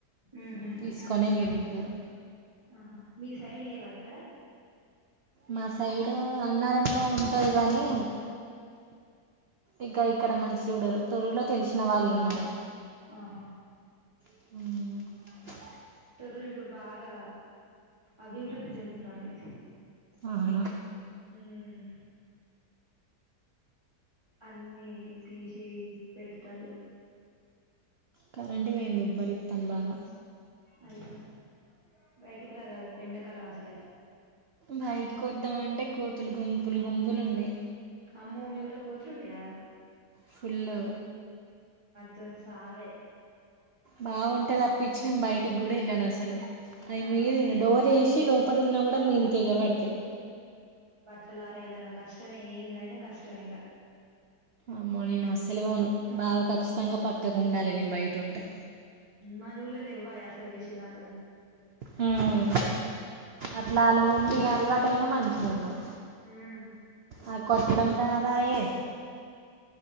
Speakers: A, on the right; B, on the right.
A: ఉహు
B: తీసుకొనే వెళ్ళింర్రు ఇద్దరు
A: ఆహా మీ సైడ్ లేవా ఎక్కడ
B: మా సైడు అన్నారంలో ఉంటది కానీ ఇక ఇక్కడ మంచి చూడరు తోరలో తెలిసిన వాళ్ళు ఉన్నారు
A: ఆహా
B: <inaudible>
A: తారురూ ఇప్పుడు బాగా అభివృద్ధి చెందుతాంది
B: అవును
A: హ్మ్ అన్ని తీసి పెట్టతళు
B: కరెంట పోయింది ఉబ్బరిస్తాది బాగా
A: అయ్యో బయటికి రారాధే ఎండకాలం అసలే
B: బయట కో వద్దాం అంటే కోతులు గుంపులు గుంపులు ఉన్నాయి
A: అమ్మో మీ ఊర్లో కోతులుంటాయా
B: ఫుల్ గా
A: తర్ సావే
B: బాగుంటది అప్పిచ్చి నేను బయటికి కూడా వెళ్ళాను అసలు అది
A: వామ్మో
B: మీద డోర్ వేసి లోప ప్పడున్నా కూడా మీదికి ఎగబడతాయి
A: అట్టలురేయాలన్న కష్టమే ఏందైనా కష్టమేక
B: అమ్మో నేను అస్సలు పోను బాబ ఖచ్చితంగా పక్కకు ఉండాలి నేను బయట ఉంటే
A: మన ఊళ్ళో లెవ్వయే అస్సలకే చినప్
B: మ్మ్ అట్లా అలవా ఉండి అలవాటుయినా మంచిగా ఉండవు
A: హ్మ్
B: ఆ కొట్టడం రాధాయే